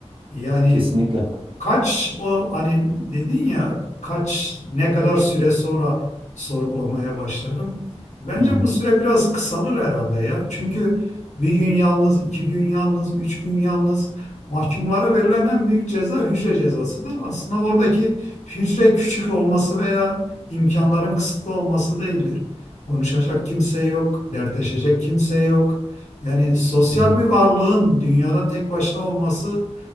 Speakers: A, on the left; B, on the right.
A: Yani
B: Kesinlikle.
A: Kaç o hani dedin ya kaç ne kadar süre sonra sorgulamaya başlarım. Bence
B: hı hı,
A: bu süre biraz kısalır herhalde ya. Çünkü bir gün yalnız, iki gün yalnız, üç gün yalnız mahkumlara verilen en büyük ceza hücre cezasıdır. Aslında oradaki hücre küçük olması veya imkanların kısıtlı olması değildir. Konuşacak kimse yok, dertleşecek kimse yok. Yani sosyal
B: hı hı.
A: bir varlığın dünyada tek başına olması